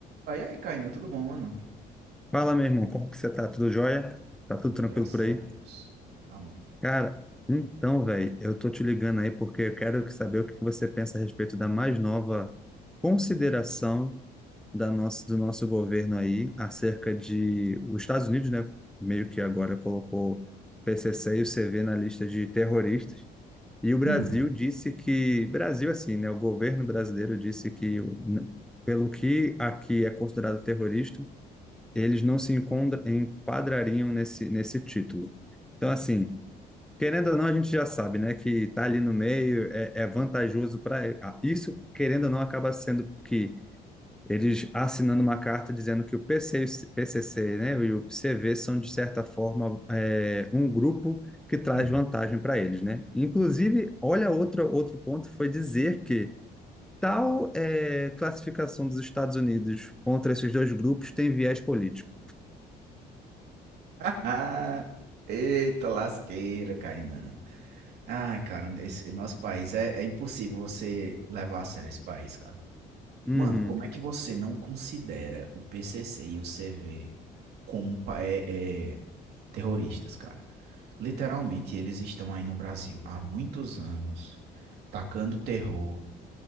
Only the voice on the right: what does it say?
Ah, e aí, Kainan, tudo bom, mano?
Tudo,
graças
a
Deus. Amém.
Hum,
hum.
<laughs> Eita lasqueira, Kainan. Ai, cara, esse nosso país é, é impossível você levar a sério esse país, cara.
Mano, como é que você não considera o PCC e o CV como pa- é, é, terroristas, cara? Literalmente, eles estão aí no Brasil há muitos anos, tacando terror,